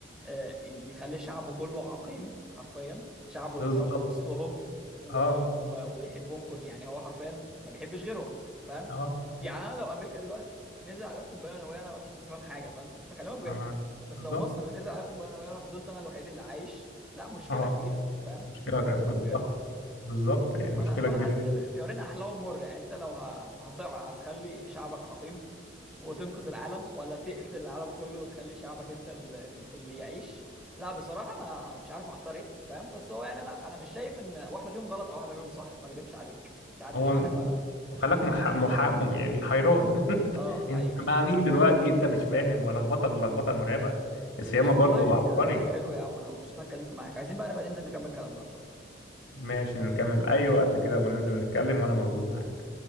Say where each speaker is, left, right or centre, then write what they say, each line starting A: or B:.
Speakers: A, in the centre; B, on the left.
A: آه، يخلي شعبه كله عقيم حرفيا شعبه
B: بالظبط
A: اللي اتربى وسطهم و...
B: اه
A: و... وبيحبهم كل يعني هو حرفيا ما بيحبش غيرهم فاهم
B: اه
A: يعني أنا لو أمريكا دلوقتي ك- نزل عليها قنبلة نووية أنا مش خسران حاجة فاهم بكلمك بجد
B: أنا...
A: بس
B: بالظبط
A: لو مصر نزل عليها قنبلة نووية وأنا فضلت أنا الوحيد اللي عايش لا مشكلة
B: اه
A: كبيرة فاهم
B: مشكلة
A: بكلمك
B: ك- ضخمة
A: بجد
B: بالظبط يعني
A: فانا
B: مشكلة
A: فانا
B: كبيرة
A: حسيت
B: جدا
A: ان الاختيارين احلاهم مر يعني انت لو ه- هتقع هتخلي شعبك عقيم وتنقذ العالم ولا تقتل العالم كله وتخلي شعبك انت ال- ال- اللي يعيش لا بصراحه انا مش عارف اختار ايه فاهم بس هو يعني انا انا مش شايف ان واحده فيهم غلط او واحده فيهم صح ما اكدبش عليك مش عارف
B: هو
A: مش عارف أ-
B: وخلاك مح... مح... يعني حيران <laughs>
A: اه حقيقه
B: انت مع مين دلوقتي انت مش فاهم ولخبطك لخبطه مرعبه السيامه
A: بس والله
B: برضو عبقري
A: آه، حلو يا عم انا مبسوط اني اتكلمت معاك عايزين بقى نبقى ننزل نكمل كلامنا ان شاء الله
B: ماشي نكمل اي وقت كده وننزل نتكلم وانا موجود معاك